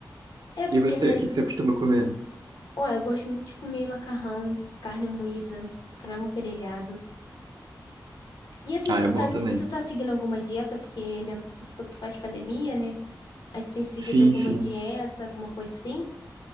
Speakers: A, on the left (about 85°); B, on the right (about 65°).
A: É
B: E
A: porque,
B: você,
A: né?
B: o que que você costuma comer?
A: Ó, eu gosto muito de comer macarrão, carne moída, frango grelhado. E assim,
B: Ah,
A: tu
B: é bom
A: tá, se-
B: também.
A: tu tá seguindo alguma dieta? Porque lembro que tu falou que tu faz academia, né? Aí tu tem seguido
B: Sim,
A: alguma
B: sim.
A: dieta, alguma coisa assim?